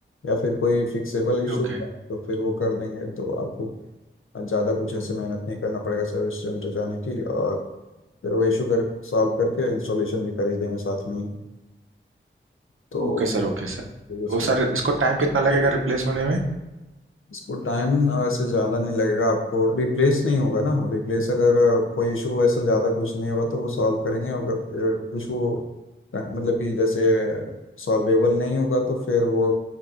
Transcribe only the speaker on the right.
Okay
Okay sir okay sir
वो सर इसको टाइम कितना लगेगा रिप्लेस होने में